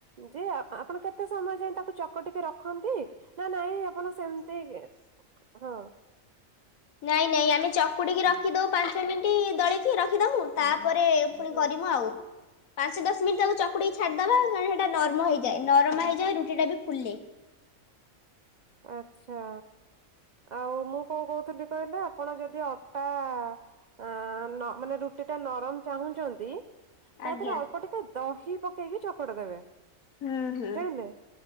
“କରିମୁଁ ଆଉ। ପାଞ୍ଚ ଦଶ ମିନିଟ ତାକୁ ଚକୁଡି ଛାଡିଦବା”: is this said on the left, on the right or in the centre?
Left